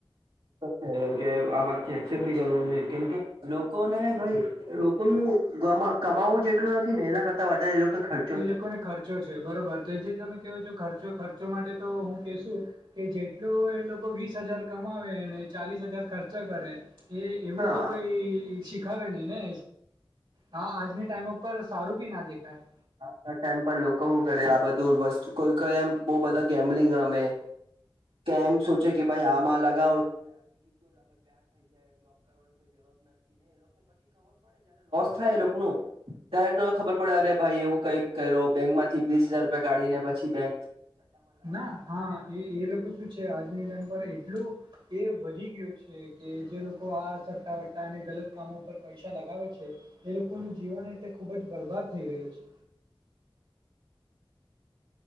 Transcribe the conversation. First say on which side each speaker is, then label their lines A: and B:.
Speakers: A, on the right; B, on the right.
A: કેમ કે આ વાત થી એસેપ્ટ ભી કર જોઈ કેમકે લોકોને. ભાઈ લોકોનું કમાવવું <unintelligible> જેટલું નથી ને એના કરતા વધારે લોકો. ખર્ચો
B: એ લોકોને
A: છે
B: ખર્ચો છે, બરોબર તે જે તમે કેવો છો ખર્ચો. ખર્ચો માટે તો હું કહેશું કે જેટલુ એ લોકો વીસ હજાર કમાવે ચાલીસ હજાર ખર્ચ. ખર્ચા કરે એ એવું
A: હા
B: તો કોઈ શીખાવે નહી ને. હા આજની ટાઈમ ઉપર સારું ભી ના દેખાાય.
A: આ ટાઈમ પર લોકો <unintelligible> કરે આ બધું વસ્તુ કોઈ <unintelligible> એમ બહુ બધા ગેમ્લિંગ રમે. કેમ સોચે કે ભાઈ આમાં અલગ. <unintelligible> થાય એ લોકનુ <unintelligible> ખબર પડે અરે ભાઈ એવું કઈમ કર બેંક માંથી વીસહજાર રૂપિયા કાઢીને પછી પછી બેક.
B: ના હા એ એ લોકો શું છે, આજની ટાઈમ પર એટલું એ વધી ગયું છે, કે જે લોકો આ સટ્ટા વટ્ટા અને ગલત કામો પર પૈસા લાગે છે, એ લોકોનું જીવન એટલે ખુબ જ બરબાદ થઈ રહ્યું છે.